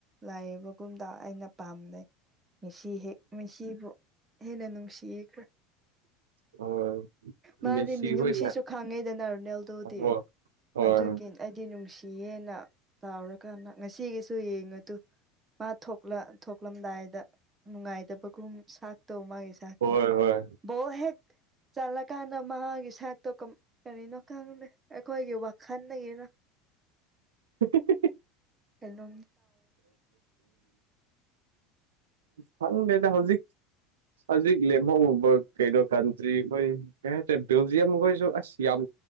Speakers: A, on the right; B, on the right.
A: ꯂꯥꯏꯕꯒꯨꯝꯗ ꯑꯩꯅ ꯄꯥꯝꯅꯩ ꯃꯤꯁꯤ ꯍꯦꯛ ꯃꯤꯁꯤꯕꯨ ꯍꯦꯅꯦ ꯅꯅꯨꯡꯁꯤꯦꯈ꯭ꯔ
B: ꯍꯣꯏ
A: ꯃꯥꯗꯤ
B: ꯃꯦꯁꯤ
A: ꯃꯤꯅꯨꯡꯁꯤꯁꯨ
B: ꯍꯣꯏꯅ
A: ꯈꯥꯡꯉꯦꯗꯅ ꯗꯤ
B: ꯍꯣꯏ ꯍꯣꯏ
A: ꯑꯗꯨꯒꯤ ꯑꯩꯗꯤ ꯅꯨꯡꯁꯤꯌꯦꯦꯅ ꯇꯥꯎꯔꯀꯥꯟꯗ ꯉꯁꯤꯒꯤꯁꯨ ꯌꯦꯡꯉ ꯑꯗꯨ ꯃꯥ ꯊꯣꯛꯂ ꯊꯣꯛꯂꯝꯗꯥꯏꯗ ꯅꯨꯡꯉꯥꯏꯇꯕꯒꯨꯝ ꯁꯥꯛꯇꯣ ꯃꯥꯒꯤ ꯆꯥꯛꯇꯣ
B: ꯍꯣꯏ ꯍꯣꯏ
A: ꯕꯣ ꯍꯦꯛ ꯆꯠꯂꯀꯥꯟꯗ ꯃꯥꯒꯤ ꯁꯥꯛꯇꯣ ꯀꯔꯤꯅꯣ ꯈꯪꯗꯦ ꯑꯩꯈꯣꯏꯒꯤ ꯋꯥꯈꯜꯗꯒꯤꯅ
B: <inaudible>
A: ꯀꯂꯣꯝ
B: ꯐꯪꯗꯦꯗ ꯍꯧꯖꯤꯛ ꯍꯧꯖꯤꯛ ꯂꯦꯝꯍꯧꯕ ꯀꯩꯅꯣ ꯀꯟꯇ꯭ꯔꯤ ꯍꯣꯏ ꯀꯩ ꯍꯥꯏꯇꯥꯔꯦ ꯕꯦꯜꯖꯤꯌꯝꯈꯣꯏꯁꯨ ꯑꯁ ꯌꯥꯝ